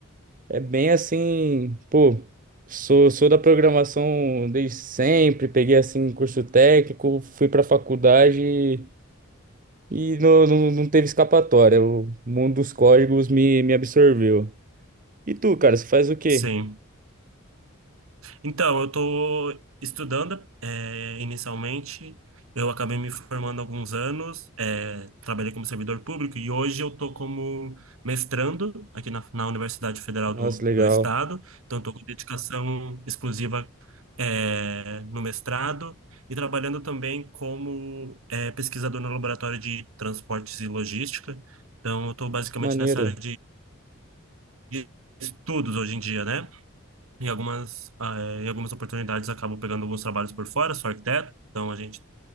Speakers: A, on the right; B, on the right.
A: é bem assim, pô, sou, sou da programação desde sempre, peguei assim curso técnico, fui pra faculdade e, e não, não, não teve escapatória. O mundo dos códigos me, me absorveu. E tu, cara, você faz o quê?
B: Sim. Então, eu estou estudando, é, inicialmente. Eu acabei me formando há alguns anos, é, trabalhei como servidor público e hoje eu estou como mestrando aqui na, na Universidade Federal
A: Nossa,
B: do,
A: legal.
B: do Estado. Então, estou com dedicação exclusiva, é, no mestrado e trabalhando também como, é, pesquisador no Laboratório de Transportes e Logística. Então, eu estou
A: Nossa,
B: basicamente
A: que maneiro.
B: nessa área de estudos hoje em dia, né? Em algumas, ah, é, em algumas oportunidades acabo pegando alguns trabalhos por fora, sou arquiteto, então a gente